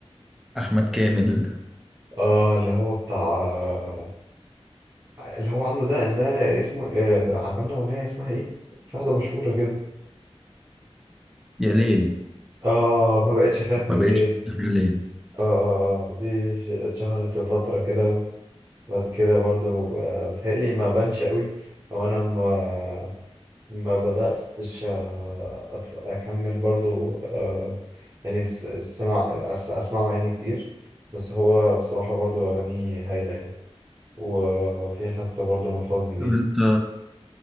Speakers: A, in the centre; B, on the right.
A: أحمد كامل
B: اه اللي هو بتاع اللي هو عنده ده ده اسمه آه، عملنا أغنية اسمها ايه؟ في واحدة مشهورة كده
A: يا ليل
B: اه ما بقتش اخاف من
A: ما
B: الليل
A: بقتش تحمل ليل.
B: اه اه آه، دي ش- اتشهرت في فترة كده وبعد كده برضو آه، بتهيألي ما بانش قوي او انا ما ما بدأتش آه، أتف- اكمل برضو آه، يعني س- سمع أس- اسمعه يعني كتير بس هو بصراحة برضو اغانيه هايلة يعني وفي حتى برضو من الحزن دي
A: طب انت